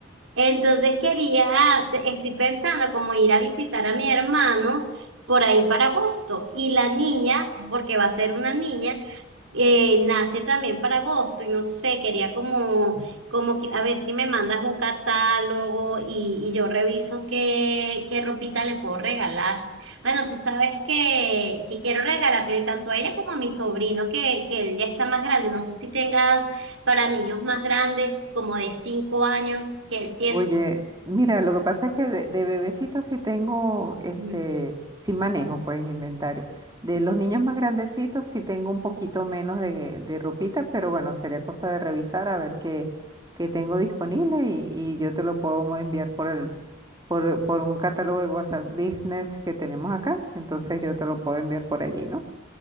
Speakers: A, on the right; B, on the right.
A: Entonces quería, te- estoy pensando como ir a visitar a mi hermano por ahí para agosto y la niña, porque va a ser una niña. eh, nace también para agosto y no sé, quería como, como que, a ver si me mandas un catálogo y, y yo reviso qué, qué ropita le puedo regalar. Bueno, tú sabes que, que quiero regalarle tanto a ella como a mi sobrino, que, que él ya está más grande. No sé si tengas para niños más grandes, como de cinco años, que él tiene.
B: Oye, mira, lo que pasa es que de, de bebecito sí tengo, este,
A: Ujú.
B: sí manejo pues inventario. De los niños más grandecitos sí tengo un poquito menos de, de ropita, pero bueno, sería cosa de revisar a ver qué, qué tengo disponible y, y yo te lo puedo enviar por el, por, por un catálogo de WhatsApp Business que tenemos acá. Entonces yo te lo puedo enviar por allí, ¿no?